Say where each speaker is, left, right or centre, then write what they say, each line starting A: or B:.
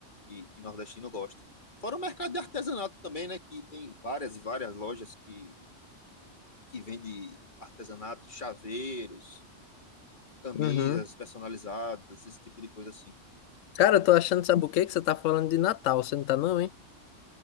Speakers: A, on the left; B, on the left.
A: que, que nordestino gosta. Fora o mercado de artesanato também, né? Que tem várias e várias lojas que, que vendem artesanato, chaveiros, camisas
B: uhum.
A: personalizadas, esse tipo de coisa assim.
B: Cara, eu tô achando, sabe o quê? Que você tá falando de Natal, você não tá não, hein?